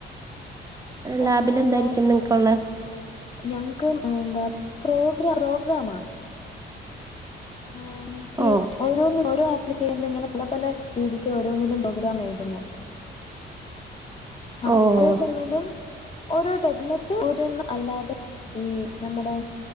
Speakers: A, on the right; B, on the left.
A: ലാബിലന്തായിരിക്കും
B: എങ്ങനെ എന്താ
A: നിങ്ങക്കുള്ളെ
B: ഞങ്ങക്ക് എന്താ പ്രോഗ്ര പ്രോഗ്രാമാ ആഹ് ഇഹ
A: ഓ
B: ഒരോന്ന് ഒരോ ക്കില്കേന്ന് ഇങ്ങനെ പല പല രീതിക്ക് ഓരോന്നിനും പോഗ്രാം എഴുതുന്നെ അപ്പൊ
A: ഓ
B: ഓരോ സെമ്മിലും ഓരോടൈപ് ന്നട്ട് ഒരെണ്ണം അല്ലാതെ ഈ നമ്മുടെ